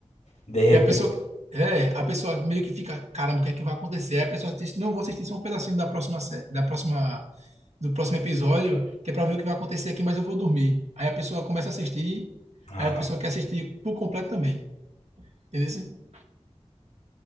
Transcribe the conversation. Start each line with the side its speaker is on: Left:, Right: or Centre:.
Left: de repente.
Right: E a pessoa, é, a pessoa meio que fica, caramba, o que é que vai acontecer? Aí a pessoa assiste, não, vou assistir só um pedacinho da próxima, sé- da próxima, do próximo episódio, que é para ver o que vai acontecer aqui, mas eu vou dormir. Aí a pessoa começa a assistir,
Left: Ah,
Right: aí a
Left: não.
Right: pessoa quer assistir por completo também. Entendeu? assim?